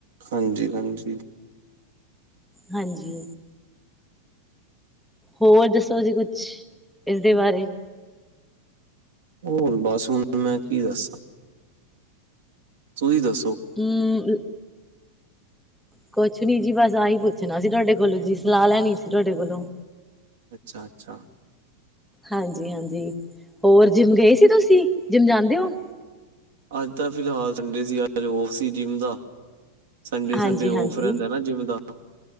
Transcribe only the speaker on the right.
ਹਾਂਜੀ ਹਾਂਜੀ।
ਹੋਰ ਬਸ ਹੁਣ ਮੈਂ ਕੀ ਦੱਸਾਂ। ਤੁਸੀਂ ਦੱਸੋ
ਅੱਛਾ ਅੱਛਾ,
ਅੱਜ ਤਾਂ ਫਿਲਹਾਲ ਸੰਡੇ ਸੀ ਅੱਜ ਔਫ ਸੀ ਜਿੰਮ ਦਾ ਸੰਡੇ
ਸੰਡੇ ਔਫ ਰਹਿੰਦਾ ਨਾ ਜਿੰਮ ਦਾ।